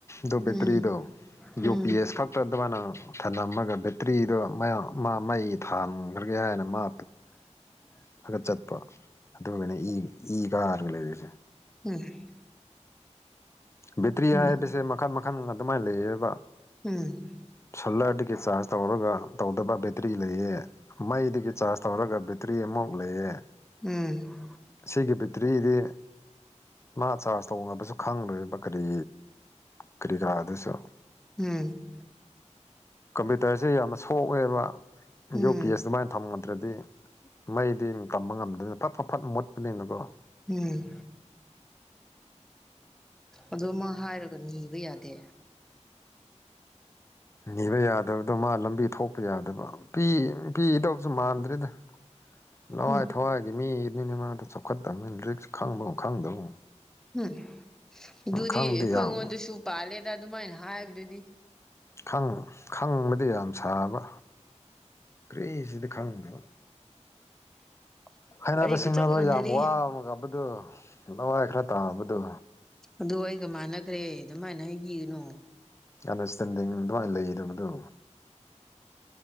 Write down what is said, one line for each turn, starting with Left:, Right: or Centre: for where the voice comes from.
Left: ꯗꯣ
Centre: ꯎꯝ
Left: ꯕꯦꯇ꯭ꯔꯤꯗꯣ
Centre: ꯎꯝ ꯎꯝ
Left: ꯌꯨ ꯄꯤ ꯑꯦꯁ ꯈꯛ ꯑꯗꯨꯃꯥꯏꯅ ꯊꯝꯂꯝꯃꯒ ꯕꯦꯇ꯭ꯔꯤꯗꯣ ꯃ ꯃꯩ ꯊꯥꯟꯈ꯭ꯔꯒꯦ ꯍꯥꯏꯅ ꯃꯥ
Centre: <unintelligible>
Left: ꯈꯒꯠ ꯆꯠꯄ ꯑꯗꯨꯒꯒꯅ ꯏ ꯏ ꯀꯥꯒꯅ‌ꯦ ꯂꯩꯔꯤꯁꯦ
Centre: ꯎꯝ
Left: ꯕꯦꯇ꯭ꯔꯤ ꯍꯥꯏꯕꯁꯦ
Centre: ꯎꯝ ꯎꯝ
Left: ꯃꯈꯟ ꯃꯈꯟ ꯑꯗꯨꯃꯥꯏꯅ ꯂꯩꯌꯦꯕ
Centre: ꯎꯝ
Left: ꯁꯣꯂꯔꯗꯒꯤ ꯆꯥꯔꯖ ꯇꯧꯔꯒ ꯇꯧꯗꯕ ꯕꯦꯇ꯭ꯔꯤ ꯂꯩꯌꯦ ꯃꯩꯗꯒꯤ ꯆꯥꯔꯖ ꯇꯧꯔꯒ ꯕꯦꯇ꯭ꯔꯤ ꯑꯃꯃ‌ꯣꯛ ꯂꯩꯌꯦ
Centre: ꯎꯝ
Left: ꯁꯤꯒꯤ ꯕꯤꯇ꯭ꯔꯤꯗꯤ ꯃꯥ ꯆꯥꯔꯖ ꯇꯧꯅꯕꯁꯨ ꯈꯪꯂ‌ꯣꯏꯌ‌ꯦꯕ ꯀꯔꯤ ꯀꯔꯤ ꯀꯔꯥ ꯑꯗꯨꯁꯨ
Centre: ꯎꯝ
Left: ꯀꯝꯄ꯭ꯌꯨꯇꯔꯁꯤ ꯌꯥꯝꯅ ꯁꯣꯛꯑꯦꯕ
Centre: ꯎꯝ
Left: ꯌꯨ
Centre: ꯎꯝ
Left: ꯄꯤ ꯑꯦꯁ ꯑꯗꯨꯃꯥꯏꯟ ꯊꯝꯉꯗ꯭ꯔꯗꯤ ꯃꯩꯗꯤ ꯇꯝꯕ ꯉꯝꯗꯗꯅ ꯐꯠ-ꯐ-ꯐꯠ ꯃꯨꯠꯄꯅꯤꯅꯀꯣ
Centre: ꯎꯝ꯫ ꯑꯗꯨ ꯑꯃ ꯍꯥꯏꯔꯒ ꯅꯤꯕ ꯌꯥꯗꯦ
Left: ꯅꯤꯕ ꯌꯥꯗꯕꯗꯣ ꯃꯥ ꯂꯝꯕꯤ ꯊꯣꯛꯄ ꯌꯥꯗꯕ ꯄꯤ ꯄꯤꯗꯧꯁꯨ ꯃꯥꯟꯗ꯭ꯔꯦꯗ ꯂꯋꯥꯏ
Centre: ꯎꯝ
Left: ꯊꯋꯥꯏꯒꯤ ꯃꯤꯅꯤꯅꯦ ꯃꯥꯗꯨ ꯆꯥꯎꯈꯠꯇꯝꯃꯤꯟ ꯔꯤꯛꯁ ꯈꯪꯕꯒꯨꯝ ꯈꯪꯗꯕꯒꯨꯝ
Centre: ꯎꯝ ꯑꯗꯨꯗꯤ
Left: ꯈꯪꯕꯗꯤ
Centre: ꯑꯩꯈꯣꯏꯉꯣꯟꯗꯁꯨ
Left: ꯌꯥꯝ
Centre: ꯄꯥꯜꯂꯦꯗ ꯑꯗꯨꯃꯥꯏꯟ ꯍꯥꯏ꯭ꯕꯗꯨꯗꯤ
Left: ꯈꯪ ꯈꯪꯕꯗꯤ ꯌꯥꯝ ꯁꯥꯕ ꯀ꯭ꯔꯤꯁꯨꯗꯤ ꯈꯪꯗꯕ
Centre: <unintelligible>
Left: ꯍꯥꯏꯅꯕ ꯁꯤꯡꯅꯕ
Centre: ꯆꯞ ꯃꯥꯟꯅꯔꯦ
Left: ꯌꯥꯝ ꯋꯥ ꯑꯃꯉꯝꯕꯗꯨ ꯂꯋꯥꯏ ꯈ꯭ꯔ ꯇꯥꯕꯗꯨ
Centre: ꯑꯗꯣ ꯑꯩꯒ ꯃꯥꯟꯅꯈ꯭ꯔꯦ ꯑꯗꯨꯃꯥꯏꯟ ꯍꯩꯒꯤꯒꯅꯣ
Left: ꯑꯟꯗꯔꯁꯇꯦꯟꯗꯤꯡ ꯑꯗꯨꯃꯥꯏꯟ ꯂꯩꯒꯤꯗꯕꯗꯨ